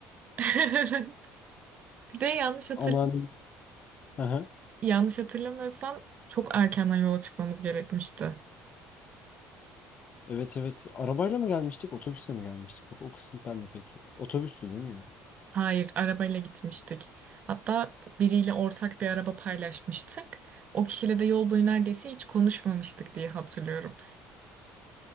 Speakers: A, on the right; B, on the left.
A: <laughs> Bir de yanlış hatır
B: Anneannem... Aha.
A: yanlış hatırlamıyorsam çok erkenden yola çıkmamız gerekmişti.
B: Evet evet. Arabayla mı gelmiştik? Otobüsle mi gelmiştik? Bak o kısım bende pek yok. Otobüstü değil mi ya?
A: Hayır, arabayla gitmiştik. Hatta biriyle ortak bir araba paylaşmıştık. O kişiyle de yol boyu neredeyse hiç konuşmamıştık diye hatırlıyorum.